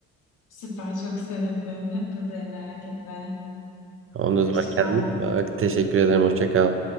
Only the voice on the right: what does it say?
Ondan
sonra
kendine iyi bak. Teşekkür ederim. Hoşça kal.